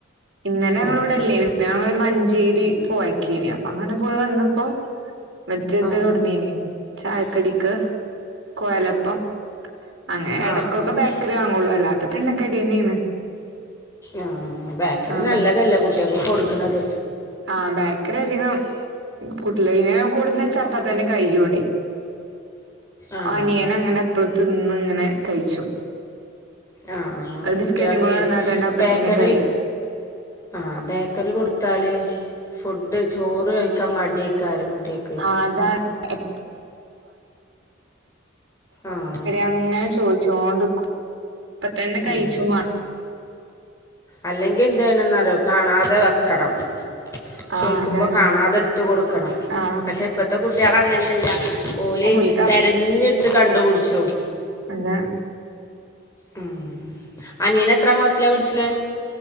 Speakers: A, on the right; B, on the left.
A: ഇന്നലെ
B: ആഹ്
A: ഞങ്ങള് ഇവടെ ഇല്ലേനി ഞങ്ങളൊരു മഞ്ചേരി പോയക്കേനി അപ്പൊ അങ്ങനെ പോയി വന്നപ്പോ മറ്റേ ഇത്
B: ആഹ്
A: കൊട്ന്നീനി ചായക്കടിക്ക് കൊഴലപ്പം അങ്ങനെ
B: ആഹ്
A: എടയ്ക്കൊക്കെ
B: ആഹ്
A: ബേക്കറി വാങ്ങുള്ളു അല്ലാത്തപ്പം എണ്ണക്കടി തന്നെയാണ്
B: ആഹ് ബേക്കറി
A: ആ
B: നല്ലതല്ല കുട്ടിയക്ക് കൊടുക്ക്ണത്
A: ആഹ് ബേക്കറി അധികം കൂട്ടില്ല അയ്ന് അഹ് കൊട്ന്ന് വെച്ചാ അപ്പത്തനെ കയ്യും ഇവടെ
B: ആഹ്
A: അനിയനങ്ങനെ എപ്പളും തിന്ന് ഇങ്ങനെ കഴിച്ചും
B: ആഹ്
A: ഒരു
B: കുട്ടിയാക്കെ
A: ബിസ്ക്കറ്റും കൂടെ കൊടന്നാ തന്നെ അപ്പ
B: ബേക്കറി
A: തന്നെ കഴിയും
B: ആഹ് ബേക്കറി കൊടുത്താല് ഫുഡ് ചോറ് കഴിക്കാൻ മടിയക്കാരം കുട്ടിയക്ക്
A: ആഹ് അതാണ് <unintelligible>
B: ആഹ്
A: അങ്ങനെ ചോദിച്ചണ്ട് നിക്കും അപ്പ തന്നെ കഴിച്ചു
B: ആഹ്
A: മാ
B: അല്ലെങ്കിൽ എന്ത് ചെയ്യണോന്നറിയോ കാണാതെ വെക്കണം
A: ആ
B: ചോയിക്കുമ്പോ
A: അതാണ്
B: കാണാതെ എടുത്ത് കൊടുക്കണം
A: ആ
B: പക്ഷെ ഇപ്പത്തെ കുട്ടികൾ അങ്ങനെയല്ല ഓല്
A: ഓൽക്ക്
B: തിരഞ്ഞെടുത്ത് കണ്ടുപിടിച്ചും
A: അത
B: ആഹ് അനിയനെത്രാം ക്ലാസ്സിലാ പഠിച്ചണെ